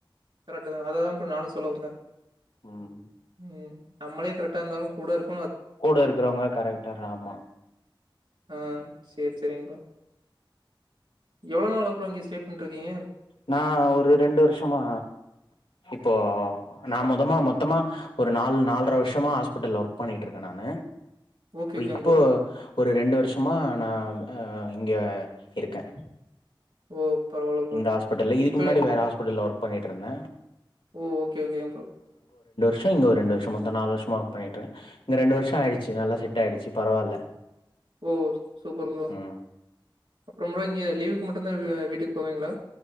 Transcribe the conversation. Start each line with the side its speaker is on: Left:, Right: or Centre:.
Right: கரெட்டுதா அததா ப்ரோ நானு சொல்ல வந்தே
Left: ம்.
Right: உம் நம்மளே கரெக்ட்டா இருந்தாலு கூட இருக்
Left: கூட இருக்கறவங்க கரெக்டாராமா
Right: ஆஹ் செரி செரிங்க ப்ரோ எவ்வளோ நாள் இங்க ஸ்டே பண்ட்ருக்கீங்க
Left: நா ஒரு ரெண்டு வருஷமா இப்போ நா மொதமா மொத்தமா ஒரு நாலு நால்ற வருஷமா ஹாஸ்பிட்டல்ல ஒர்க் பண்ணிட்ருக்கே நானு இப்பொ
Right: ஓகே ஓகேங்க
Left: இப்போ
Right: ப்ரோ
Left: ஒரு ரெண்டு ஷமா நா ஆ இங்க இருக்கே
Right: ஓ பரவால்ல ப்ரோ
Left: இந்த ஹாஸ்பிட்டலே இதுக்கு
Right: இப்ப
Left: முன்னாடி வேற ஹா்பிட்டல்ல ஒர்க் பண்ணிட்ருந்த
Right: ஓ ஓகே ஓகே ப்ரோ
Left: ஷ இங்க ஒரு ரெண்டு வருஷ மொத்த நாலு வருஷமா ஒர்க் பண்ணிட்டு இங்க ரெண்டு வருஷ ட் ஆயிடுச்சு நல்லா செட் ஆயிடுச்சு பரவால்ல
Right: ஓ சூ சூப்பர் ப்ரோ
Left: ம்
Right: அப்பற ப்ரோ இங்க லீவுக்கு மட்டுந்தா வீ வீட்டு போவீங்களா